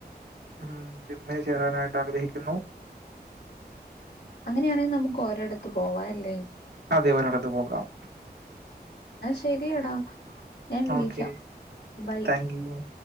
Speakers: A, on the right; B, on the left.
A: ഉം ജിമ്മിൽ ചേരാനായിട്ട് ആഗ്രഹിക്കുന്നു
B: അങ്ങനെയാണെ നമുക്ക് ഓരേടത്ത് പോവാല്ലേ
A: അതെ ഒരടത്ത് പോകാം
B: ശരിയടാ ഞാൻ വിളിക്കാം
A: ഓക്കെ.
B: ബൈ
A: താങ്ക് യു.